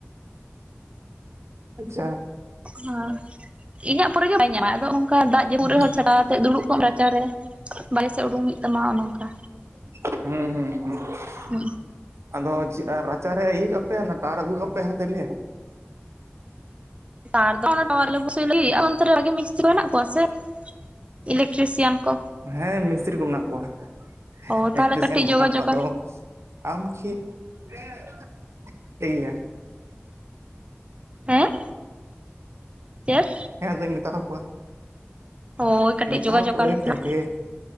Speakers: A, on the right (about 80°); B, on the right (about 25°).
A: ᱟᱪᱪᱷᱟ
B: ᱦᱮᱸ ᱤᱧᱟᱹᱜ ᱯᱚᱨᱮ ᱜᱮ ᱵᱟᱹᱧ ᱧᱟᱢᱟ ᱟᱫᱚ ᱚᱝᱠᱟ ᱫᱟᱜ ᱡᱟᱹᱯᱩᱫ
A: ᱦᱩᱸ
B: ᱨᱮᱦᱚᱸ ᱪᱷᱟᱛᱟᱣᱟᱛᱮᱜ ᱫᱩᱲᱩᱵ ᱠᱚᱜ ᱢᱮ ᱨᱟᱪᱟ ᱨᱮ ᱵᱟᱨᱦᱮ ᱥᱮᱫ ᱩᱰᱩᱝ ᱦᱩᱭᱩᱜ ᱛᱟᱢᱟ ᱚᱱᱮ ᱚᱝᱠᱟ
A: ᱦᱩᱸᱻᱦᱩᱸᱻᱦᱩᱸ
B: ᱦᱩᱸ
A: ᱟᱫᱚ ᱪᱮᱜ ᱨᱟᱪᱟ ᱨᱮ ᱤᱭᱟᱹ ᱠᱟᱯᱮ ᱚᱱᱟ ᱴᱟᱨ ᱟᱜᱩ ᱦᱚᱸᱠ ᱯᱮᱦᱮᱸ ᱫᱮᱞᱮᱭᱟ
B: ᱛᱟᱨ ᱫᱚ ᱚᱱᱟ ᱴᱟᱣᱟᱨ ᱨᱮᱞᱮ ᱯᱩᱥᱩᱭ ᱞᱟᱹᱜᱤᱫ ᱟᱫᱚ ᱚᱱᱛᱮ ᱨᱮ ᱵᱷᱟᱜᱮ ᱢᱤᱥᱛᱨᱤ ᱠᱚ ᱢᱮᱱᱟᱜ ᱠᱚᱣᱟ ᱥᱮ ᱤᱞᱮᱠᱴᱨᱤᱥᱤᱭᱟᱱ ᱠᱚ
A: ᱦᱮᱸ ᱢᱤᱥᱛᱨᱤ ᱠᱚ ᱢᱮᱱᱟᱜ ᱠᱚᱣᱟ
B: ᱚ
A: ᱤᱞᱮᱠᱴᱨᱤᱥᱤᱭᱟᱱ
B: ᱛᱟᱦᱚᱞᱮ ᱠᱟᱹᱴᱤᱡ
A: ᱠᱚ
B: ᱡᱳᱜᱟᱡᱳᱜᱽ
A: ᱢᱮᱱᱟᱜ ᱠᱚᱣᱟ ᱟᱫᱚ ᱟᱢ ᱪᱮᱫ <unintelligible> ᱴᱤᱭᱟ
B: ᱦᱮᱸ ᱪᱮᱫ
A: ᱦᱮᱸ ᱟᱫᱩᱧ ᱢᱮᱛᱟᱣ ᱠᱚᱣᱟ
B: ᱦᱳᱭ ᱠᱟᱹᱴᱤᱡ
A: ᱢᱮᱛᱟᱣ
B: ᱡᱳᱜᱟᱡᱳᱜᱽ
A: ᱠᱚᱣᱟᱹᱧ
B: ᱟᱞᱮ ᱯᱮ
A: ᱛᱟᱦᱞᱮ
B: ᱦᱟᱸᱜ